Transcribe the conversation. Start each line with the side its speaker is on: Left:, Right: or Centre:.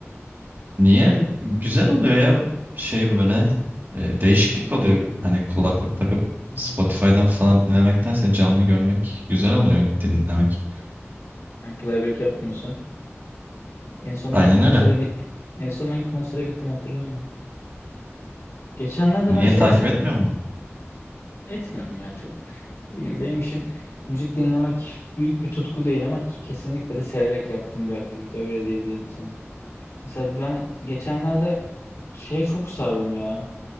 Right: Niye? Güzel oluyor ya şey böyle. e, değişiklik oluyor. Hani kulaklık takıp Spotify'dan falan dinlemektense canlı görmek güzel oluyor dinlemek.
Left: Yani playback yapmıyorsa. En son
Right: Aynen
Left: hangi konsere
Right: öyle.
Left: git? En son hangi konsere gittim hatırlamıyorum. Geçenlerde
Right: Niye
Left: ben şeye
Right: takip
Left: s-
Right: etmiyor mu?
Left: etmiyorum ya çok. Ne bileyim benim için müzik dinlemek büyük bir tutku değil ama kesinlikle de severek yaptığım bir aktivite öyle diyebilirim sana. Mesela ben geçenlerde şeye çok sardım ya.